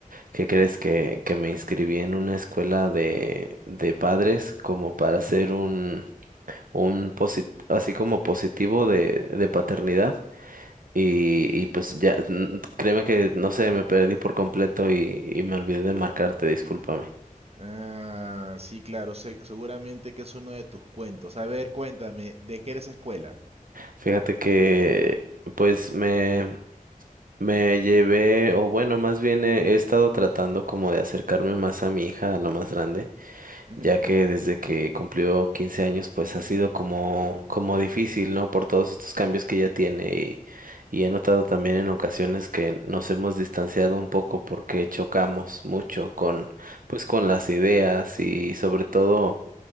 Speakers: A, on the right (about 75°); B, on the right (about 45°).
A: ¿qué crees que, que me inscribí en una escuela de, de padres como para hacer un, un posi- así como positivo de, de paternidad? Y, y pues ya, n- créeme que no sé, me perdí por completo y, y me olvidé de marcarte, discúlpame.
B: Ah, sí, claro, se- seguramente que es uno de tus cuentos. A ver, cuéntame, ¿de qué eres escuela?
A: Fíjate que pues me Me llevé, o bueno, más bien he, he estado tratando como de acercarme más a mi hija, a lo más grande,
B: Ujú.
A: ya que desde que cumplió 15 años, pues ha sido como, como difícil, ¿no? Por todos estos cambios que ella tiene y, y he notado también en ocasiones que nos hemos distanciado un poco porque chocamos mucho con, pues con las ideas y sobre todo